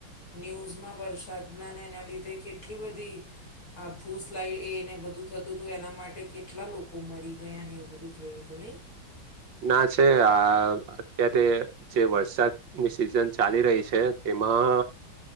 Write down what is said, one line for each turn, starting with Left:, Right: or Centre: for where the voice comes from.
Left: ન્યૂઝમાં વરસાદના એના લીધે કેટલી બધી આ ભૂ સ્ લઈ એને બધું થતું હતું એના માટે કેટલા લોકો મરી ગયા ને એવું બધું થયુ હતુ નહી.
Right: ના છે, આ અત્યારે જે વરસાદની સિઝન ચાલી રહી છે, તેમા